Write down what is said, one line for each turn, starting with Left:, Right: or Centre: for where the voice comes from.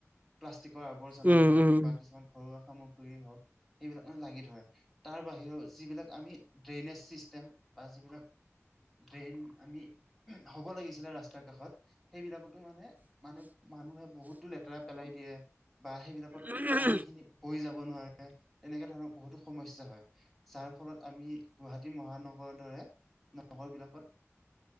Centre: প্লাষ্টিকৰ আৱৰ্জনাই
Right: উম
Centre: হওক
Right: উম
Centre: বা কিছুমান ঘৰুৱা সামগ্ৰী হওক সেইবিলাক মানে লাগি ধৰে। তাৰ বাহিৰেও যিবিলাক আমি ড্ৰেইনেছ চিষ্টেম বা যিবিলাক ড্ৰেইন আমি হ'ব লাগিছিলে ৰাস্তাৰ কাষত সেইবিলাকতো মানে মানে মানুহে বহুতো লেতেৰা পেলাই দিয়ে বা সেইবিলাকত
Right: উম,
Centre: পানী খিনি বৈ যাব নোৱা ৰে, তেনেকে ধৰণৰ বহুতো সমস্যা হয়। যাৰ ফলত আমি গুৱাহাটী মহানগৰৰ দৰে নগৰ বিলাকত,